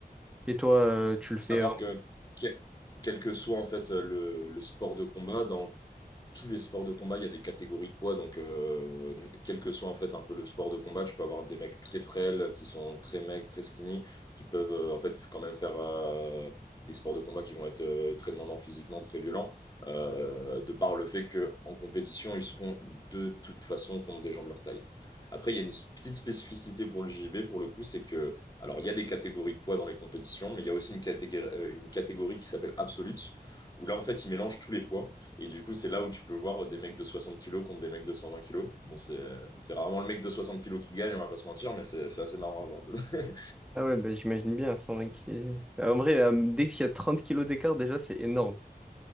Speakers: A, in the centre; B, on the left.
A: Et toi, euh, tu
B: Il
A: le
B: faut
A: fais
B: savoir que, que- quel que soit en fait le, le sport de combat, dans tous les sports de combat, il y a des catégories de poids. Donc, euh, quel que soit en fait un peu le sport de combat, tu peux avoir des mecs très frêles, qui sont très maigres, très skinny, qui peuvent euh, en fait quand même faire euh, des sports de combat qui vont être euh, très demandants physiquement, très violents, euh, de par le fait que en compétition, ils seront de toute façon contre des gens de leur taille. Après, il y a une petite spécificité pour le JJB, pour le coup, c'est que, alors, il y a des catégories de poids dans les compétitions, mais il y a aussi une catégorie, euh, une catégorie qui s'appelle Absolute, où là, en fait, ils mélangent tous les poids. Et du coup, c'est là où tu peux voir des mecs de 60 kilos contre des mecs de 120 kilos. Bon, c'est c'est rarement le mec de 60 kilos qui gagne, on va pas se mentir, mais c'est c'est assez marrant à voir. <laughs>
A: Ah ouais, bah, j'imagine bien, 120 kilos. En vrai, euh, dès qu'il y a 30 kilos d'écart, déjà, c'est énorme.